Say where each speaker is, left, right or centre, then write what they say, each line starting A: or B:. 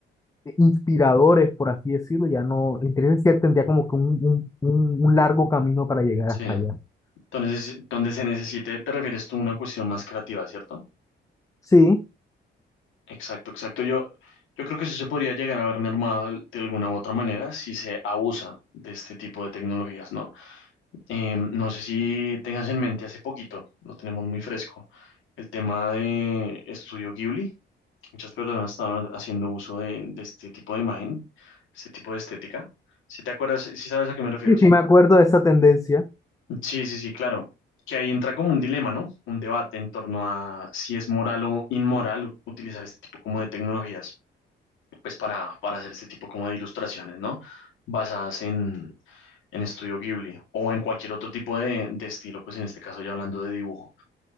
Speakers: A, on the left; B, on the left.
A: inspiradores, por así decirlo, ya no, la inteligencia artificial tendría como que un, un, un un largo camino para llegar
B: sí.
A: hasta allá.
B: Entonces, donde se necesite, te refieres tú a una cuestión más creativa, ¿cierto?
A: Sí,
B: Exacto, exacto. Yo, yo creo que eso se podría llegar a ver mermado de de alguna u otra manera si se abusa de este tipo de tecnologías, ¿no? Eh, no sé si tengas en mente hace poquito, lo tenemos muy fresco, el tema de Estudio Ghibli. Muchas personas estaban haciendo uso de, de este tipo de imagen, este tipo de estética. Si te acuerdas, si sabes a qué me refiero,
A: sí,
B: ¿sí?
A: sí me acuerdo de esa tendencia.
B: Sí, sí, sí, claro. Que ahí entra como un dilema, ¿no? Un debate en torno a si es moral o inmoral u- utilizar este tipo como de tecnologías, pues para, para hacer este tipo como de ilustraciones, ¿no? Basadas en Estudio Ghibli o en cualquier otro tipo de, de estilo, pues en este caso ya hablando de dibujo.